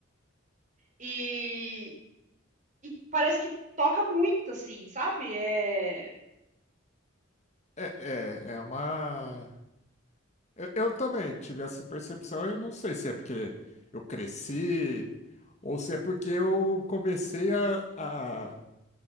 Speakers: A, on the right; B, on the left.
A: e, e parece que toca muito, assim, sabe? É.
B: É, é, é uma Eu, eu também tive essa percepção. Eu não sei se é porque eu cresci ou se é porque eu comecei a, a,